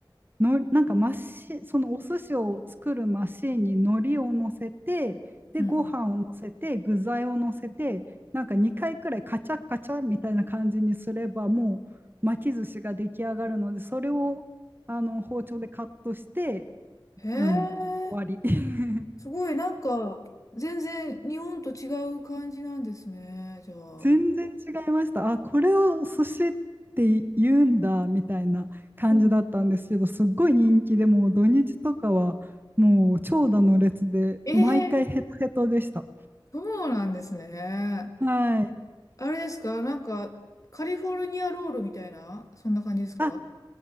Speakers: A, on the right; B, on the left.
A: のなんかマシそのお寿司を作るマシーンに海苔を乗せてでご飯を乗せて具材を乗せてなんか2回くらいカチャカチャみたいな感じにすればもう巻き寿司が出来上がるのでそれをあの包丁でカットして、
B: うん。へえ。
A: うん、終わり。<laughs>
B: すごい、なんか、全然日本と違う感じなんですね、じゃあ。
A: 全然違いました。あ、これを寿司って言うんだみたいな感じだったんですけど、
B: うん
A: すっごい人気でもう土日とかはもう長蛇の列で毎回ヘトヘトでした。
B: ええそうなんですね。
A: はい。
B: あれですかなんか、カリフォルニアロールみたいな、そんな感じですか
A: あ、